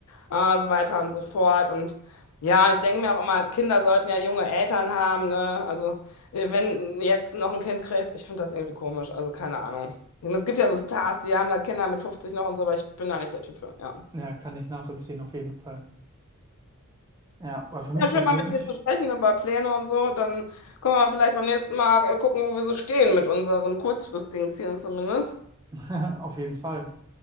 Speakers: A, on the left (about 80°); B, on the right (about 15°).
A: Ah, so weiter und so fort. Und ja, ich denke mir auch immer, Kinder sollten ja junge Eltern haben, ne? Also, äh, wenn jetzt noch ein Kind kriegst, ich finde das irgendwie komisch. Also, keine Ahnung. Es gibt ja so Stars, die haben da Kinder mit 50 noch und so, aber ich bin da nicht der Typ für. Ja.
B: Ja, kann ich nachvollziehen, auf jeden Fall. Ja, weil für mich
A: Ja,
B: persönlich,
A: schön mal mit dir zu sprechen über Pläne und so. Dann können wir vielleicht beim nächsten Mal äh, gucken, wo wir so stehen mit unseren kurzfristigen Zielen zumindest.
B: <laughs> auf jeden Fall.